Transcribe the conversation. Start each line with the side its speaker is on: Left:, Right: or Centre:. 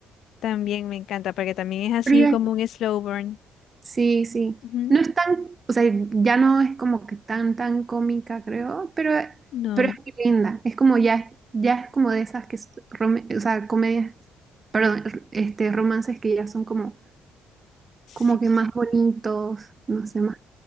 Left: También me encanta porque también es así
Right: Pero ya-
Left: como un slow burn.
Right: Sí, sí.
Left: Ujú,
Right: No es tan, o sea, ya no es como que tan, tan cómica, creo, pero,
Left: No,
Right: pero es muy linda. Es como ya, ya es como de esas que, es rom- o sea, comedias, perdón, r- este, romances que ya son como,
Left: sí.
Right: como que más bonitos, no sé, más.